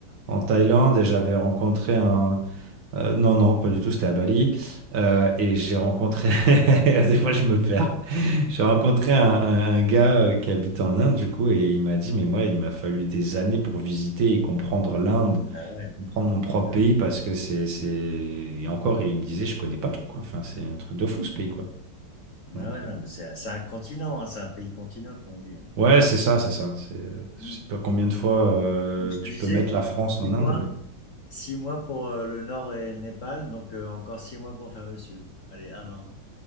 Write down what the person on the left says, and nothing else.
Ça
va.
Bah ouais,
tu
m'étonnes.
Mhm.
Ah ouais,
non, mais c'est c'est un continent, hein, c'est un pays continent, comme on dit. hein.
Mm.
Donc, Je te
disais,
six
mois,
Six mois pour, heu, le nord et le Népal, donc heu, encore 6 mois pour faire le sud. Allez, un an.